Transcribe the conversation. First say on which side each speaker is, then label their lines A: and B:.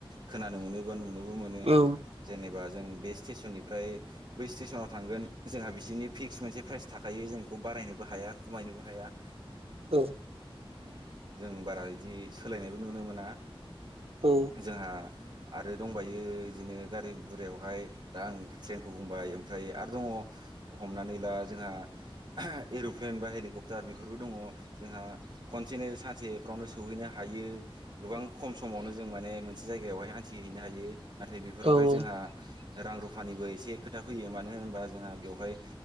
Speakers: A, on the right; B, on the right.
A: खोनानो मोनो बा नुनोबो मोनो
B: औ
A: जेनेबा जों बेस्ट स्टेसननिफ्राय बै स्टेसनाव थांगोन जोंहा बिसोरनि फिक्स मोनसे प्राइस थाखायो जों बेखौ बारायनोबो हाया खमायनोबो हाया
B: औ
A: ओम जों बारा बिदि सोलायनायबो नुनो मोना
B: औ
A: जोंहा आरो दंबायो बिदिनो गारि गुरायावहाय दा आं ट्रेनखौ बुंबाय ओमफ्राय आर दङ हमनानै ला जोंहा एर'प्लेन बा हेलिकप्टार बेफोरबो दङ जोंहा खनसेनो सानसेफ्रावनो सौहैनो हायो गोबां खम समावनो जों माने मोनसे जायगायावहाय हान्थिहैनो हायो नाथाय बेफोरावहाय
B: औ
A: जोंहा रां रुफानिबो एसे खोथा फैयो मानो होनोबा जोंहा बेवहाय